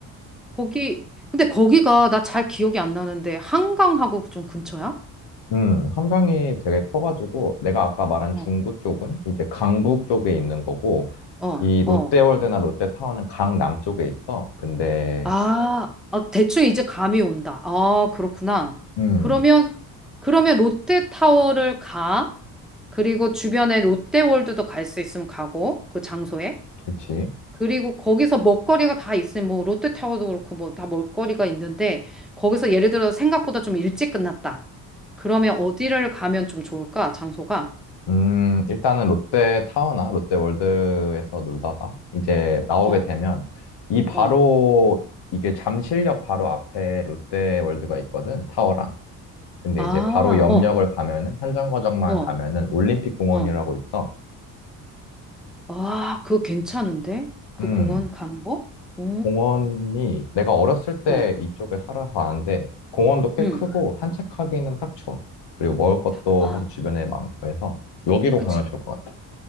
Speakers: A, in the centre; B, on the left.
A: 거기, 근데 거기가 나 잘 기억이 안 나는데 한강하고 좀 근처야?
B: 음, 한강이 되게 커가지고, 내가 아까 말한
A: 어,
B: 중구 쪽은 이제 강북 쪽에 있는 거고,
A: 어,
B: 이 롯데월드나
A: 어.
B: 롯데타워는 강남 쪽에 있어. 근데,
A: 아, 아, 대충 이제 감이 온다. 아, 그렇구나.
B: 음,
A: 그러면, 그러면 롯데타워를 가. 그리고 주변에 롯데월드도 갈 수 있으면 가고, 그 장소에.
B: 그치.
A: 그리고 거기서 먹거리가 다 있으면, 뭐, 롯데타워도 그렇고, 뭐, 다 먹거리가 있는데, 거기서 예를 들어 생각보다 좀 일찍 끝났다. 그러면 어디를 가면 좀 좋을까? 장소가?
B: 음, 일단은 롯데 타워나 롯데 월드에서 놀다가 이제 나오게
A: 어,
B: 되면 이 바로
A: 어.
B: 이게 잠실역 바로 앞에 롯데 월드가 있거든, 타워랑. 근데
A: 아,
B: 이제 바로 옆역을
A: 어,
B: 가면은 한정거장만
A: 어,
B: 가면은 올림픽공원이라고
A: 어.
B: 있어.
A: 아, 그거 괜찮은데? 그
B: 음,
A: 공원 간 거? 어
B: 공원이 내가 어렸을 때
A: 어.
B: 이쪽에 살아서 아는데 공원도 꽤
A: 응.
B: 크고 산책하기는 딱 좋아. 그리고 먹을 것도
A: 와,
B: 사실 주변에 많고 해서 여기로
A: 그치.
B: 가면 좋을 것 같아.